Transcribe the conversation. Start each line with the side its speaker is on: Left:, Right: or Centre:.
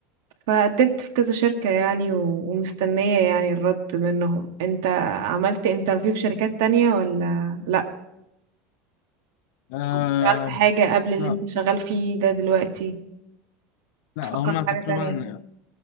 Right: فقدمت في كذا شركة يعني و- ومستنية يعني الرد منهم انت عملت انترفيو في شركات تانية ولا لا
Left: آه
Right: أو اشتغلت حاجة قبل اللي
Left: لا
Right: انت شغال فيه ده دلوقتي
Left: لا
Right: بتفكر
Left: هما
Right: في
Left: تقريبا
Right: حاجة تانية